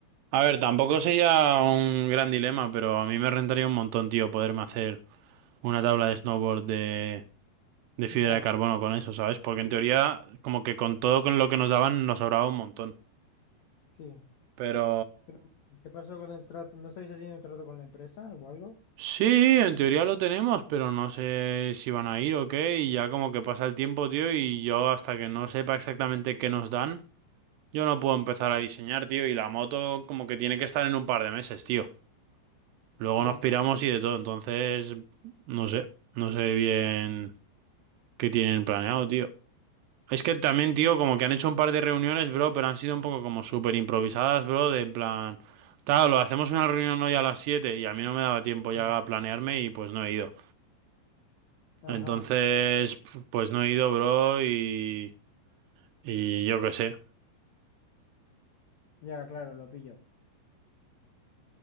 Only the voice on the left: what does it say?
Ya,
sí.
Pero, ¿qué pasó con el trato? ¿No estáis haciendo un trato con la empresa o algo?
Sí.
Mm.
Ah,
ajá.
Ya, claro, lo pillo.